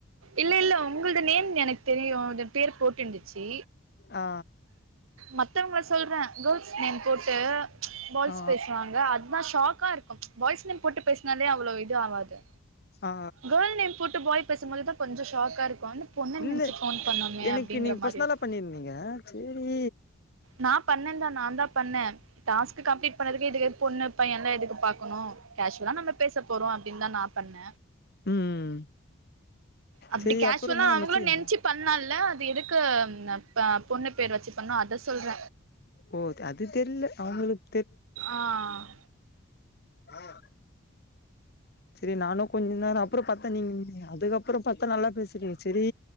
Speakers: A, on the right (about 85°); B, on the left (about 50°).
A: இல்ல இல்ல உங்குள்து நேம் எனக் தெரியு பேர் போட்டுந்து சி
B: ஆ
A: மத்தவங்க சொல்ற கேர்ள்ஸ் நேம் போட்டு பாய்ஸ்
B: ஆ
A: பேசுவாங்க அதுதா ஷாக்கா இருக்கும் பாய்ஸ் நேம் போட்டு பேஸ்னாலே அவ்ளோ இது ஆவாது
B: ஆ
A: கேள் நேம் போட்டு போய் பேசும்போதுதா கொஞ்சோ ஷாக்கா இருக்கு பொண்ணு
B: இல்ல
A: நெனச்சு ஃபோன் பண்ணோமே
B: எனக்கு
A: அப்டிங்கிற
B: நீ ஃபர்ஸ்னாலா
A: மாரி இருக்கு
B: பண்ணிர்ந்தீங்க சேரி
A: நா பண்ணேன் தா நாந்தா பண்ண டாஸ்க்கு கம்ப்ளீட் பண்ணதுக்கு இதுவே பொண்ணு பையன்லா எதுக்கு பாக்கணு கேஷுவலா நம்ம பேச போறோ அப்டின்தா நா பண்ண
B: ம்
A: அப்டி
B: செரி
A: கேஷுவ்லா
B: அப்புறோ தா
A: அவுங்களு
B: மெசேஜ் வந்தது
A: நென்ச்சி பண்ணா இல்ல அது எதுக்கு ன ப்ப பொண்ணு பேரு வச்சு பண்ணோ அத சொல்ற
B: ஓ அது தெர்ல அவுங்களுக்
A: ஆஹ்
B: ஆஹ் செரி நானு கொஞ்ச நேர அப் ப்றோ பாத்த நீங் அதுக்கப்பறோ பாத்தா நல்லா பேஸ்றீங்க செரி